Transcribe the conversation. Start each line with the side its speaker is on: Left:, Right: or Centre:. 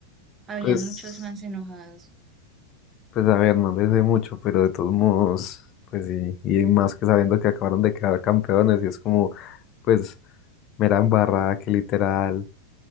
Right: Habían
Left: Pues.
Right: muchos fans enojados.
Left: Pues a ver, no les sé mucho, pero de todos modos, pues sí, y más que sabiendo que acabaron de quedar campeones, y es como, pues, mera embarrada que literal,